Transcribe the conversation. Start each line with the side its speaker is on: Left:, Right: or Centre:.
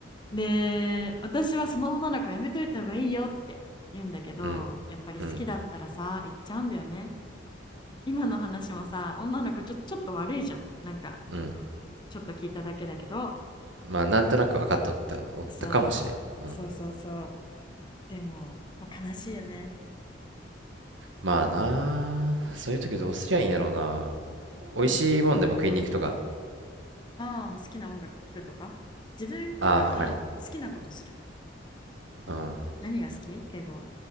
Left: で、私はその女の子やめといた方がいいよって言うんだけど、
Right: うん
Left: やっぱり好きだったらさ、
Right: うん
Left: 言っちゃうんだよね。今の話もさ、女の子ちょ、ちょっと悪いじゃん。なんか、
Right: うん
Left: ちょっと聞いただけだけど。
Right: まあなんとなく分かっとったおったかもしれん、
Left: そう、
Right: うん、
Left: そうそうそう。でも、まあ、悲しいよね。
Right: まあなあそういう時どうすりゃいいんやろうな美味しいもんでも食いに行くとか
Left: でも、うーん、まあ、まあ、好きな音楽聴くとか、自分が好きなことする。
Right: ああありうん
Left: 何が好き敬語は。